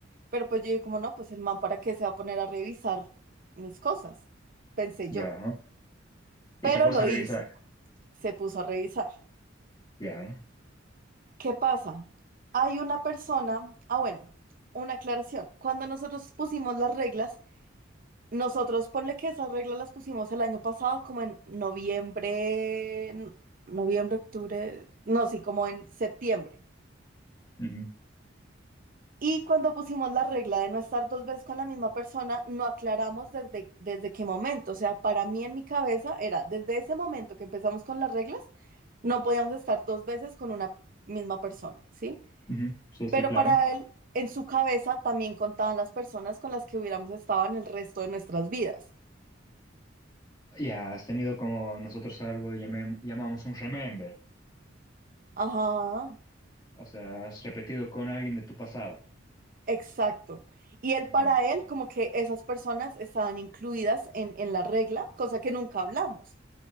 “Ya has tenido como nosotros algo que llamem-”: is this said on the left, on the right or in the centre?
Left